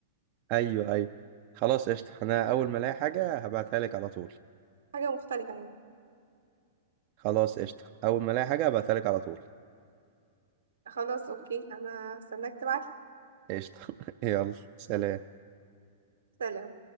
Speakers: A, on the right; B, on the right.
A: ايوه ايوه خلاص قشطه انا اول ما الاقي حاجه هبعتها لك على طول
B: حاجه مختلفه يعني
A: خلاص قشطه اول ما الاقي حاجه هبعتها لك على طول
B: خلاص اوكي انا هستناك تبعت
A: قشطه <laughs> يلا سلام
B: سلام